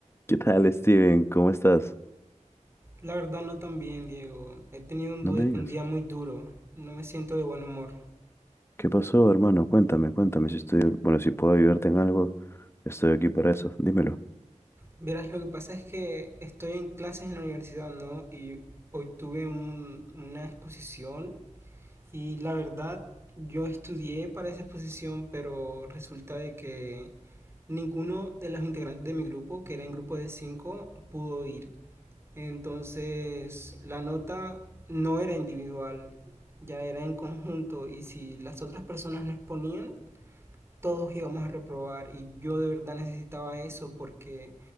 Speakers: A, on the left; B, on the right.
A: ¿Qué tal, Steven? ¿Cómo estás?
B: La verdad no tan bien, Diego. He tenido un,
A: No
B: due-
A: me digas.
B: un día muy duro. No me siento de buen humor.
A: ¿Qué pasó, hermano? Cuéntame, cuéntame si estoy, bueno, si puedo ayudarte en algo, estoy aquí para eso. Dímelo.
B: Verás, lo que pasa es que estoy en clases en la universidad, ¿no? Y hoy tuve un- una exposición y la verdad yo estudié para esa exposición, pero resulta de que ninguno de los integrantes de mi grupo, que era en grupo de cinco, pudo ir. Entonces la nota no era individual, ya era en conjunto y si las otras personas no exponían, todos íbamos a reprobar y yo de verdad necesitaba eso porque